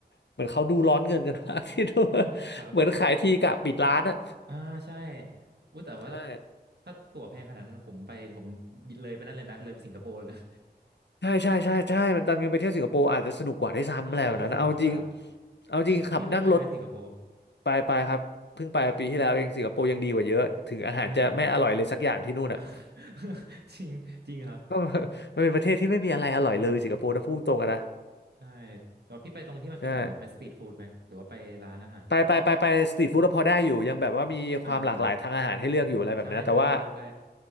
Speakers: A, on the left (about 80°); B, on the right (about 70°).
A: เหมือนเขาดูร้อนเงินกันมาก <laughs> ที่ดู
B: <laughs> ครับ
A: เหมือนขายทีกะปิดร้านอ่ะ
B: อ่าใช่อุ้ยแต่ว่า
A: ใช่
B: ถ้าตั๋วแพงขนาดนั้นผมไปผมเลยไปนั่นเลยนะเลยไปสิงคโปร์เลยนะ
A: ใช่ใช่ใช่ใช่มันตอนนีไปเที่ยวสิงคโปร์อาจจะสนุกกว่าได้วยซ้ำอะไรแบบนั้นนะเอาจริง
B: เอออาจจะสนุกกว่า
A: เอาจริงขับนั่งรถ
B: ไปพี่เคยไปไหมสิงคโปร์
A: ไปไปครับเพิ่งไปปีที่แล้วเองสิงคโปร์ยังดีกว่าเยอะถึงอาหารจะไม่อร่อยเลยสักอย่างที่นู่นอ่ะ
B: ใช่ <laughs> อ่ะ <laughs> จริงจริงครับ
A: ก็ <laughs> มันเป็นประเทศที่ไม่มีอะไรอร่อยเลยสิงคโปร์นะพูดตรงกันนะ
B: ใช่แต่ว่าพี่ไปตรงที่มันเป็นแบบเหมือนเป็นสตรีทฟู้ดไหมหรือว่าไปร้านอาหาร
A: ใช่ ไปไปไปไปสตรีทฟู้ดพอได้อยู่ยังแบบว่ามีความหลากหลายทางอาหารให้เลือกอยู่อะไรแบบนั้นแต่ว่า
B: อ่าใช่ใช่เราเลือกได้